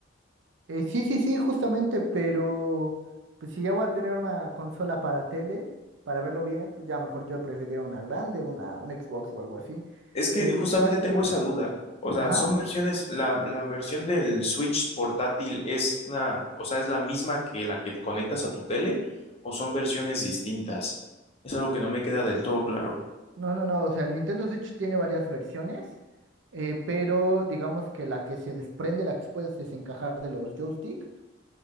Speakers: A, on the right (about 80°); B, on the left (about 35°).
A: Eh, sí, sí, sí, justamente, pero pues si ya voy a tener una consola para tele, para verlo bien, pues ya mejor yo preferiría una grande, una, un Xbox o algo así.
B: Es que
A: En
B: justamente
A: casos,
B: tengo esa duda. O sea,
A: ajá,
B: son versiones, la, la versión del Switch portátil es una, o sea, es la misma que la que conectas a tu tele o son versiones distintas. Es algo que no me queda del todo claro.
A: no, no, no, o sea, el Nintendo Switch tiene varias versiones, eh, pero digamos que la que se desprende, la que sí puedes desencajar de los joystick,